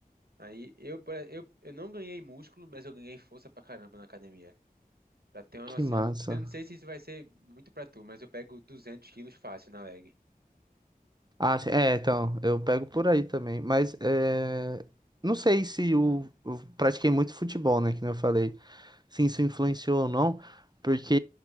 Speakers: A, on the right; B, on the right.
A: Aí eu, pare- eu, eu não ganhei músculo, mas eu ganhei força pra caramba na academia. Pra ter uma
B: Que
A: noção,
B: massa.
A: eu não sei se isso vai ser muito pra tu, mas eu pego duzentos quilos fácil na leg.
B: Ah, sim, é, então, eu pego por aí também. Mas é, não sei se o- eu pratiquei muito futebol, né? Que nem eu falei. se isso influenciou ou não, porque